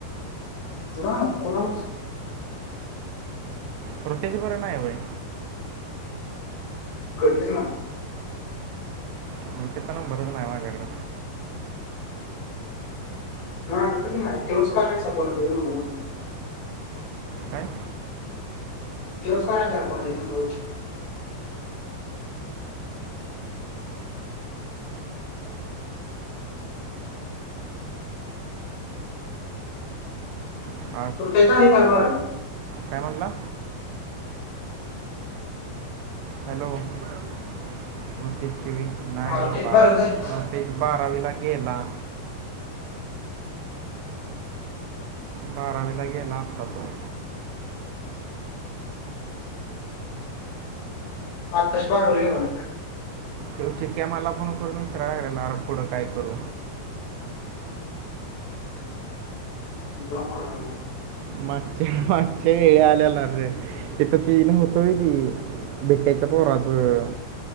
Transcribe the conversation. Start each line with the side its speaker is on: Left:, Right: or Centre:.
Left: कुणाल, कुणालपाशी.
Right: प्रतीक वर नाय व्हय.
Left: कधीच नाहीं.
Right: <unintelligible> नंबरच नाय माझ्याकडे.
Left: <unintelligible>
Right: काय?
Left: <unintelligible>
Right: <unintelligible>
Left: तर ते झाली काय बारावी
Right: काय म्हनला? हॅलो. <unintelligible>
Left: मला त्याची बारावी झाली का
Right: एक बारावीला गेला. बारावीला गेला अत्ता तो.
Left: आत्ताश बाहेर गेला तो.
Right: ते चितक्या मला फोन करून विचाराय लागल अरे पुढं काय करू?
Left: जॉब कर म्हन.
Right: मागच्या मागच्या वेळे आलेणार रे तिथ बेन होत तें. बिट्ट्याच्या पोराचं